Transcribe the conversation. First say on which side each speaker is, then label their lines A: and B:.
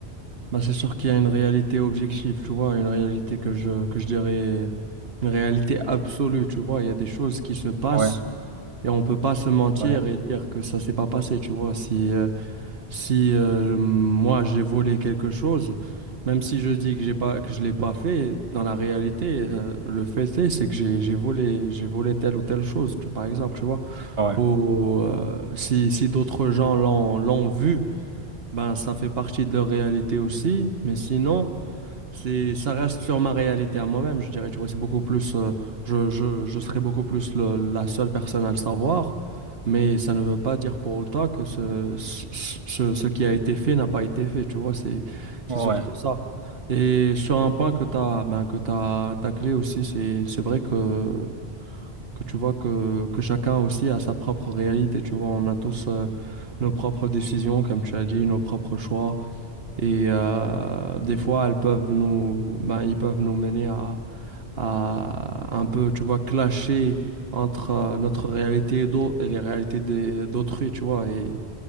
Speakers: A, on the right (about 65°); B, on the right (about 30°).
A: ben, c'est sûr qu'il y a une réalité objective, tu vois, une réalité que je, que je dirais, une réalité absolue, tu vois. Il y a des choses qui se passent.
B: Ouais,
A: Et on peut pas se mentir
B: ouais,
A: et dire que ça s'est pas passé, tu vois. Si, euh, si euh, moi j'ai volé quelque chose, même si je dis que j'ai pas, que je l'ai pas fait, dans la réalité, euh, le fait est, c'est que j'ai, j'ai volé, j'ai volé telle ou telle chose, tu- par exemple, tu vois.
B: ouais,
A: Ou euh, si, si d'autres gens l'ont, l'ont vu, ben ça fait partie de leur réalité aussi. Mais sinon. C'est, ça reste sur ma réalité à moi-même, je dirais. Tu vois, c'est beaucoup plus, euh, je, je, je serais beaucoup plus le- la seule personne à le savoir, mais ça ne veut pas dire pour autant que ce, ce, ce- ce qui a été fait n'a pas été fait. Tu vois, c'est, c'est
B: ouais.
A: surtout ça. Et sur un point que tu as, ben, que t'as taclé aussi, c'est, c'est vrai que, que tu vois que, que chacun aussi a sa propre réalité. Tu vois, on a tous, euh, nos propres décisions, comme tu as dit, nos propres choix. Et euh, des fois, elles peuvent nous, ben, ils peuvent nous mener à, à un peu, tu vois, clasher entre euh, notre réalité et, d'au- et les réalités des- d'autrui, tu vois. Et,